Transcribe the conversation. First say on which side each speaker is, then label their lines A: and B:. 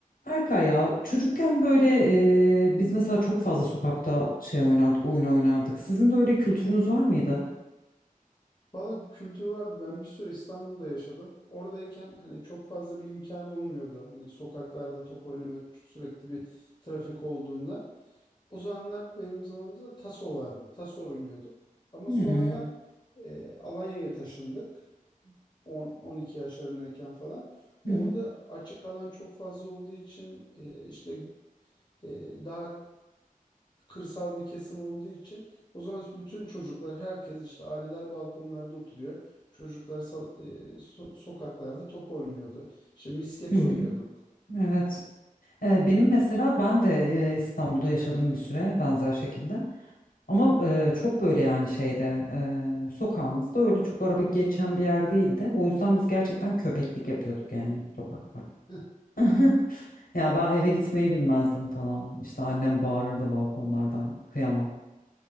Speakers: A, on the left; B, on the left.
A: Berkay ya çocukken böyle e, biz mesela çok fazla sokakta şey oynardık, oyun oynardık. Sizin de öyle kültürünüz var mıydı?
B: Valla kültür vardı. Ben bir süre İstanbul'da yaşadım. Oradayken hani çok fazla bir imkan olmuyordu. Hani sokaklarda top oynama sürekli bir trafik olduğunda. O zamanlar benim zamanımızda taso vardı. Taso oynuyorduk. Ama
A: Hmm.
B: sonradan
A: Hı
B: e, Alanya'ya taşındık. 10-12 yaşlarındayken falan.
A: hı.
B: Orada açık alan çok fazla olduğu için e, işte e, daha kırsal bir kesim olduğu için o zaman bütün çocuklar herkes işte aileler balkonlarda oturuyor. Çocuklar sal- e, so- sokaklarda top oynuyordu. İşte misket
A: Hı hı.
B: oynuyorduk.
A: Evet. E, benim mesela ben de e, İstanbul'da yaşadım bir süre benzer şekilde. Ama e, çok böyle yani şeyde e, sokağımızda öyle çok araba geçen bir yer değildi. O yüzden biz gerçekten köpeklik yapıyorduk yani sokakta.
B: <laughs>
A: <laughs> Ya ben eve gitmeyi bilmezdim falan. İşte annem bağırırdı balkonlardan. Kıyamam.